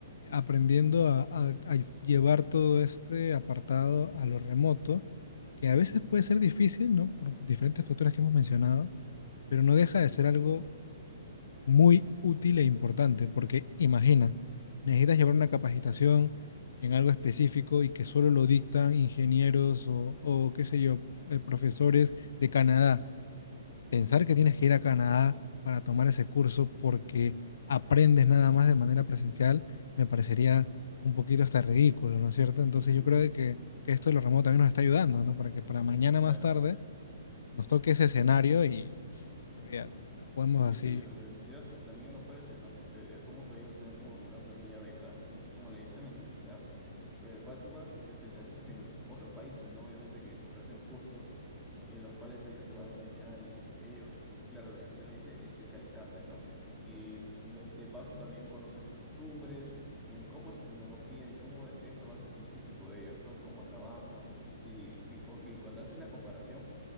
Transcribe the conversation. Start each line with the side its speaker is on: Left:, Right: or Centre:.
Left: aprendiendo a, a- a llevar todo este apartado a lo remoto, que a veces puede ser difícil, ¿no? Por diferentes factores que hemos mencionado, pero no deja de ser algo muy útil e importante, porque imagina, necesitas llevar una capacitación en algo específico y que solo lo dictan ingenieros o, o qué sé yo, eh, profesores de Canadá. Pensar que tienes que ir a Canadá para tomar ese curso porque aprendes nada más de manera presencial me parecería un poquito hasta ridículo, ¿no es cierto? Entonces
Centre: Sí,
Left: yo creo de que, que esto de lo remoto también nos está ayudando, ¿no? Para que para mañana
Centre: claro.
Left: más tarde nos toque ese escenario y olvídate, la podemos
Centre: Y
Left: así
Centre: eso la universidad también lo ofrece, ¿no? Porque es como que ellos te dan como que una pequeña beca, no sé cómo le dicen en la universidad, pero en el cual tú vas y te especializas en otros países, ¿no? Obviamente que te ofrecen cursos en los cuales ellos te van a enseñar y ellos, claro, la universidad le dice especializarte, ¿no? Y lo- de paso también conoces las costumbres, en cómo es su tecnología y cómo es su avance científico de ellos, ¿no? En cómo trabajan. Sí, y, co- y cuando haces la comparación.